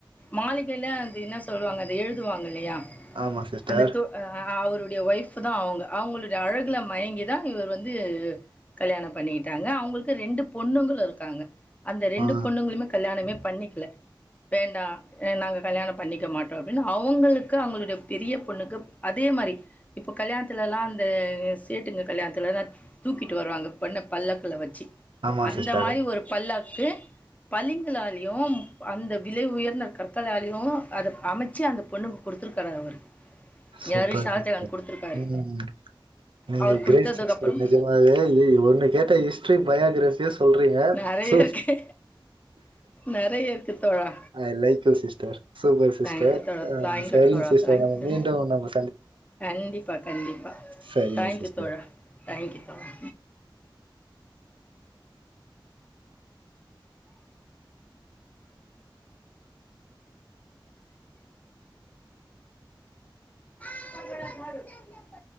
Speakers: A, on the left (about 15°); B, on the right (about 75°).
A: மாளிகைல அது என்ன சொல்வாங்க அது எழுதுவாங்க இல்லயா
B: ஆமா சிஸ்டர்
A: அந்த து அ அவரு டுய ஒய்ஃப்பு தான் அவங்க அவங்களுடைய அழகுல மயங்கிதா இவர் வந்து கல்யாணம் பண்ணிகிட்டாங்க அவங்கள்க்கு ரெண்டு பொண்ணுங்களு இருக்காங்க அந்த ரெண்டு
B: ஆ
A: பொண்ணுங்களுமே கல்யாணமே பண்ணிக்கல வேண்டா ஏ நாங்க கல்யாணொ பண்ணிக்க மாட்டோ அப்டின் அவங்களுக்கு அவங்களுடைய பெரிய பொண்ணுக்கு அதே மாரி இப்போ கல்யாணத்துலலா அந்த சேட்டுங்க கல்யாணத்துலலா தூக்கிட்டு வருவாங்க பொண்ண பல்லக்குல வெச்சி
B: ஆமா
A: அந்த
B: சிஸ்டர்
A: மாறி ஒரு பல்லக் கு பளிங்குலாலயூம் அந்த விலை உயர்ந்த கற்களாலையூ அத அமச்சி அந்த பொண்ணுக்கு குடுத்துருக்காரு அவரு
B: சூப்பர்
A: யாரு ஷாஜகான் கொடுத்துருக்காரு
B: ம் நீங்க
A: அவர் கொடுத்ததுக்கு
B: க்ரேட் சிஸ்டர்
A: அப்புறம்
B: நெஜமாவே லி ஒண்ணு கேட்டா ஹிஸ்ட்ரி பயாகிராஃப் இஸ் சொல்றிங்க
A: நிறைய
B: சு
A: இருக்கு நிறைய இருக்கு தோழா
B: I like you sister super sister
A: thank you தோழா
B: அ
A: தேங்க்யூ
B: சரிங்க
A: தோழா
B: சிஸ்டர்
A: தேங்க்யூ
B: நம்ம
A: தோழா
B: மீண்
A: கண்டிப்பா கண்டிப்பா
B: சரிங்க
A: தேங்க்யூ
B: சிஸ்டர்
A: தோழா தேங்க்யூ தோழா <unintelligible>